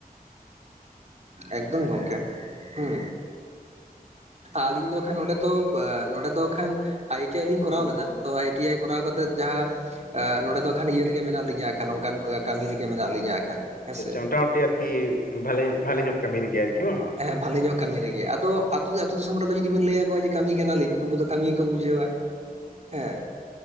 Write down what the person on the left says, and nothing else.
ᱟᱪᱪᱷᱟ ᱟᱪᱪᱷᱟ ᱢᱚᱴᱟᱢᱩᱴᱤ ᱟᱨᱠᱤ ᱵᱷᱟᱞᱮ ᱵᱷᱟᱞᱮ ᱧᱚᱜ ᱠᱟᱹᱢᱤ ᱨᱮᱜᱮᱭᱟ ᱟᱨᱠᱤ ᱵᱟᱝ?